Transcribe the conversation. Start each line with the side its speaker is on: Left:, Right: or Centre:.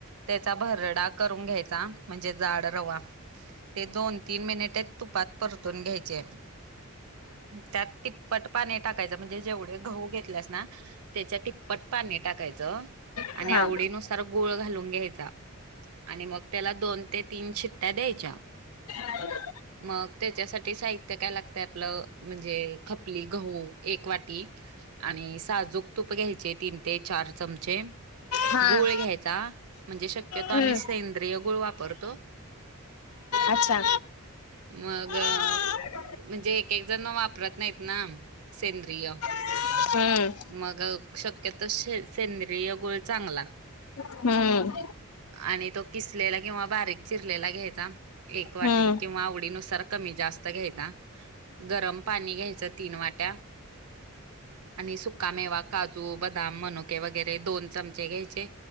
Right: त्याचा भरडा करून घ्यायचा म्हणजे जाड रवा ते दोन तीन मिनिटे तुपात परतून घ्यायचे. त्यात ति तिप्पट पाणी टाकायचं म्हणजे जेवढे गहु घेतल्यास ना त्याच्या तिप्पट पाणी टाकायचं. आणि
Left: हा.
Right: आवडीनुसार
Left: हा.
Right: गुळ घालून घ्यायचा आणि मग त्याला दोन ते तीन शिट्ट्या द्यायच्या.
Left: <inaudible>
Right: मग त्याच्यासाठी साहित्य काय लागतय आपलं म्हणजे खपली गहू एक वाटी आणि साजूक तूप घ्यायचे तीन ते चार चमचे
Left: हा.
Right: गुळ घ्यायचा म्हणजे शक्यतो
Left: हम्म.
Right: आम्ही सेंद्रिय गुळ वाप परतो.
Left: अच्छा.
Right: मग
Left: हम्म
Right: म्हणजे एक एक जण वापरत नाहीत ना सेंद्रिय.
Left: हम्म.
Right: मग शक्यतो सेंद्रिय गुळ चांगला.
Left: हम्म.
Right: आणि तो किसलेला किंवा बारीक चिरलेला घ्यायचा. एक वाटी
Left: हम्म.
Right: किंवा आवडीनुसार कमी जास्त घ्यायचा. गरम पाणी घ्यायचं तीन वाट्या आणि सुक्का मेवा काजू, बदाम, मनुके वगैरे दोन चमचे घ्यायचे.